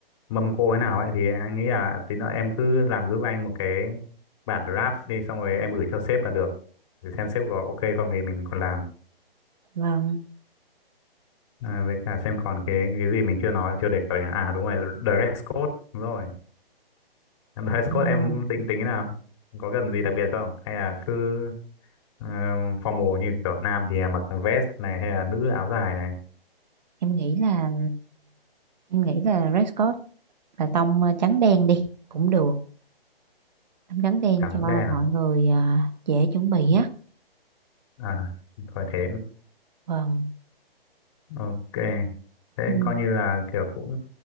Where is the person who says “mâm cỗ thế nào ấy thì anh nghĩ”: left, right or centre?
Left